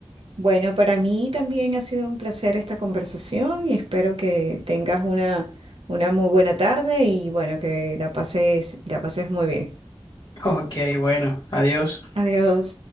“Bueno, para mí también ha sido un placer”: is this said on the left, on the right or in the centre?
Right